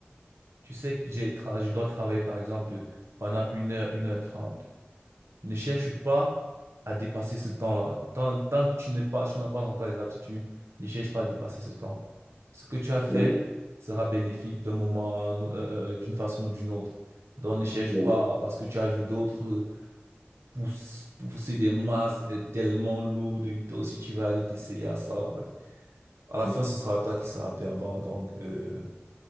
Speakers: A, on the right; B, on the right.
A: tu sais que j'ai tra- je dois travailler, par exemple, pendant une heure, une heure trente. Ne cherche pas à dépasser ce temps-là. Tant, tant que tu n'es pas, tu n'as pas encore les aptitudes, ne cherche pas à dépasser ce temps. Ce que tu as fait
B: Oui,
A: sera bénéfique d'un moment, à un au- euh, euh, d'une façon ou d'une autre. Donc ne cherche
B: oui,
A: pas parce que tu as vu d'autres euh, pouss- pousser des masses euh, tellement lourdes, et toi aussi tu vas aller t'essayer à ça. Bref, à la
B: oui,
A: fin, ce sera toi qui seras perdant. Donc, euh,